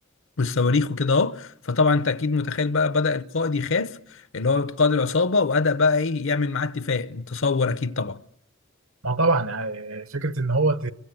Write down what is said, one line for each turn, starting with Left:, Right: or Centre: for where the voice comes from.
Left: والصواريخ وكده اهو فطبعا انت اكيد متخيل بقى بدأ القائد يخاف اللي هو قائد العصابة وبدأ بقى ايه يعمل معاه اتفاق تصور اكيد طبعا
Right: ما طبعا يعني فكره ان هو ت-